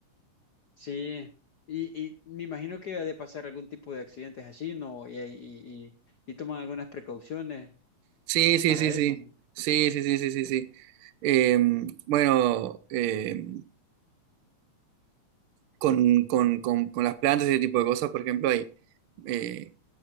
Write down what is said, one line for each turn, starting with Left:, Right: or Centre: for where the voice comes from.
Left: Sí, y, y me imagino que ha de pasar algún tipo de accidentes así, ¿no? Y, y, y, y toman algunas precauciones
Right: Sí, sí,
Left: para
Right: sí,
Left: eso,
Right: sí.
Left: ¿no?
Right: Sí, sí, sí, sí, sí, sí. Eh, bueno, eh, con, con- con- con las plantas y ese tipo de cosas, por ejemplo, hay eh,